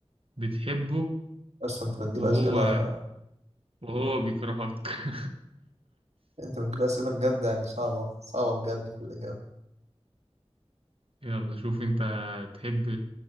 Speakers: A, on the right (about 60°); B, on the right (about 90°).
A: بتحبه
B: بس انت بتجيب
A: وهو
B: اسئله
A: وهو بيكرهك <laughs>
B: انت بتجيب اسئله بجد يعني صعبه صعبه بجد في الاجابه
A: يلا شوف انت تحب